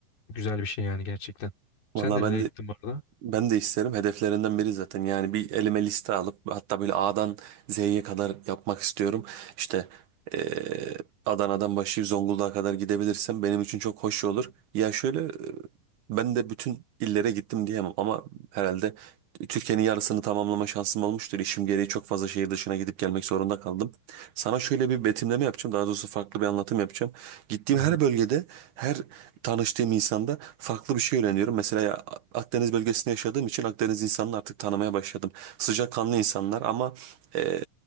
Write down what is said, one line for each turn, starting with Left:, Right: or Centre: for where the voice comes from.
Left: güzel bir şey yani gerçekten. Sen
Right: Valla
Left: nerelere
Right: ben de
Left: gittin bu arada?
Right: Ben de isterim. Hedeflerinden biri zaten. Yani bir elime liste alıp hatta böyle A'dan Z'ye kadar yapmak istiyorum. İşte eee, Adana'dan başlayıp Zonguldak'a kadar gidebilirsem benim için çok hoş olur. Ya şöyle eee, ben de bütün illere gittim diyemem ama herhalde Türkiye'nin yarısını tamamlama şansım olmuştur. İşim gereği çok fazla şehir dışına gidip gelmek zorunda kaldım. Sana şöyle bir betimleme yapacağım. Daha doğrusu farklı bir anlatım yapacağım. Gittiğim
Left: Hı hı.
Right: her bölgede her tanıştığım insanda farklı bir şey öğreniyorum. Mesela ya- Akdeniz bölgesinde yaşadığım için Akdeniz insanını artık tanımaya başladım. Sıcakkanlı insanlar ama e,